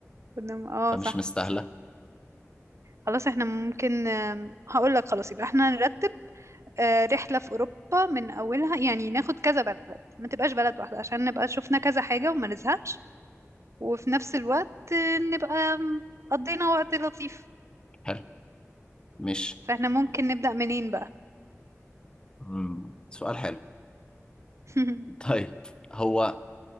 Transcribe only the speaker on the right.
قدام- اه
صح
صح خلاص احنا ممكن هقول لك خلاص يبقى احنا نرتب آه، رحلة في أوروبا من أولها يعني ناخد كذا بلد ما تبقاش بلد واحدة عشان نبقى شفنا كذا حاجة وما نزهقش وفي نفس الوقت آه، نبقى م- قضينا وقت لطيف
فاحنا ممكن نبدأ منين بقى
<laughs>